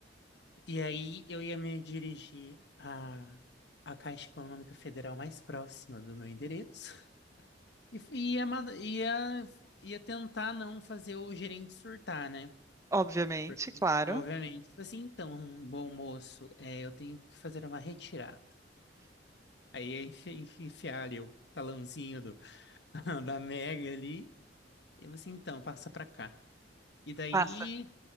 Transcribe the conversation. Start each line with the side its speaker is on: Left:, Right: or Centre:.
Left: E aí eu ia me dirigir à, à Caixa Econômica Federal mais próxima do meu endereço <laughs> e f- ia, ma- ia, ia tentar não fazer o gerente surtar, né?
Right: Obviamente,
Left: Porque,
Right: claro.
Left: obviamente, tipo assim, então, um bom moço, é, eu tenho que fazer uma retirada. Aí ia enfi- enfi- enfiar ali o talãozinho do, <laughs> da Mega ali Eu assim, então, passa pra cá. E daí,
Right: Passa,